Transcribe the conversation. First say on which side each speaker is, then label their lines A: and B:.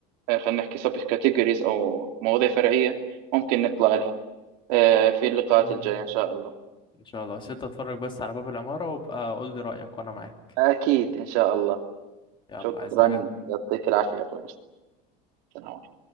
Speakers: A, on the right; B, on the left.
A: آه، خلينا نحكي سب كاتيجوريز أو مواضيع فرعية ممكن نطلع لها آه، في اللقاءات
B: مم.
A: الجاية إن شاء الله
B: ان شاء الله بس انت اتفرج بس على باب العمارة وابقى قول لي رأيك وانا معاك
A: أكيد إن شاء الله
B: يلا
A: شكرا
B: عايز حاجة
A: يعطيك العافية يا أخوي مصطفى